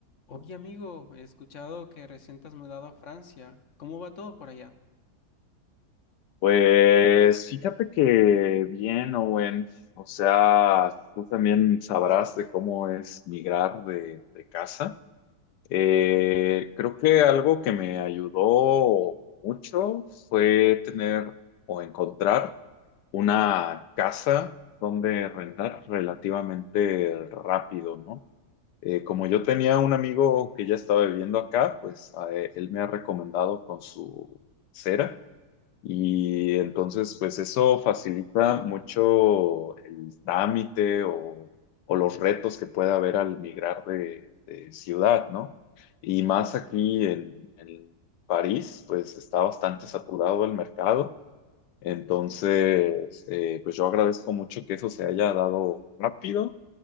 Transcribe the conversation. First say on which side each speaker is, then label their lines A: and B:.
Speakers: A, on the left; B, on the left.
A: Oye, amigo, he escuchado que recién te has mudado a Francia. ¿Cómo va todo por allá?
B: Pues fíjate que bien, Owen. O sea, tú también sabrás de cómo es migrar de, de casa. Eh, creo que algo que me ayudó mucho fue tener o encontrar una casa donde rentar relativamente rápido, ¿no? Eh, como yo tenía un amigo que ya estaba viviendo acá, pues a él él me ha recomendado con su cera. Y entonces, pues eso facilita mucho el trámite o, o los retos que pueda haber al migrar de, de ciudad, ¿no? Y más aquí en, en París, pues está bastante saturado el mercado. Entonces, eh, pues yo agradezco mucho que eso se haya dado rápido